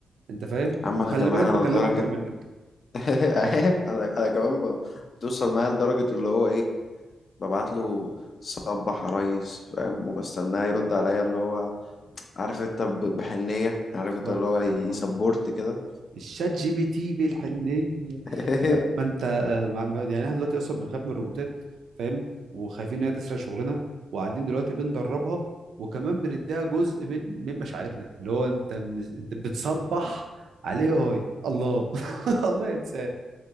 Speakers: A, on the right (about 75°); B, on the left (about 40°).
A: انت فاهم
B: عم
A: وخلي
B: انا كمان
A: بالك بكلمه
B: انا لدرجة
A: اكتر منك
B: <laughs> انا انا كمان ب- بتوصل معايا لدرجة اللي هو ايه ببعت له صبح يا ريس فاهم وبستناه يرد عليا اللي هو عارف انت ب- بحنية عارف انت
A: طب
B: اللي هو يسبورت
A: آه.
B: كده
A: الشات جي بي تي بالحنيه
B: <laughs>
A: ما انت ما ما- يعني احنا دلوقتي اصلا بنخاف من الروبوتات فاهم وخايفين ان هي تسرق شغلنا وقاعدين دلوقتي بندربها وكمان بنديها جزء من من مشاعرنا اللي هو انت مز- انت بتصبح عليه اي الله <laughs> الله ينساه